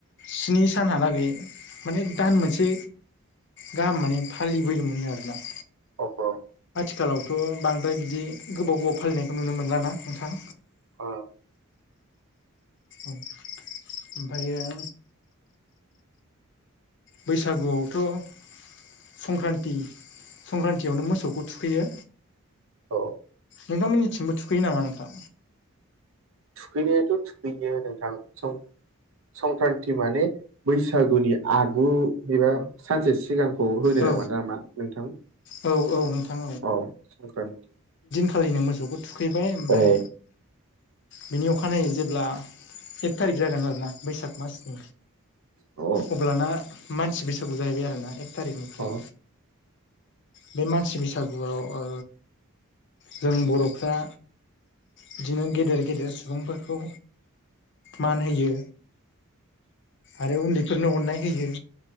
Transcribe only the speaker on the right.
अ-अ
अ
औ।
थुखिनायथ' थुखियो रां संखि संक्रान्ति माने बैसागुनि आगु एबा सानसे सिगां खौ होनदों
नामा दा मा नोंथां?
औ संक्रान्ति
अ
अ
अ